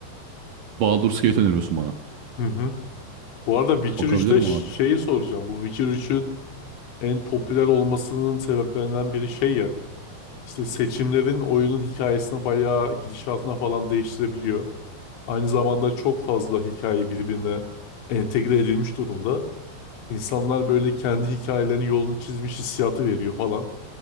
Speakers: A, on the right; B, on the left.
A: Baldur's Gate öneriyorsun bana.
B: Hı hı. Bu arada Witcher
A: Bakabilir
B: üçte
A: mi
B: ş-
A: abi?
B: şeyi soracağım. Bu Witcher üçün en popüler olmasının sebeplerinden biri şey ya. İşte seçimlerin oyunun hikayesine bayağı gidişatına falan değiştirebiliyor. Aynı zamanda çok fazla hikaye birbirine entegre edilmiş durumda. İnsanlar böyle kendi hikayelerinin yolunu çizmiş hissiyatı veriyor falan.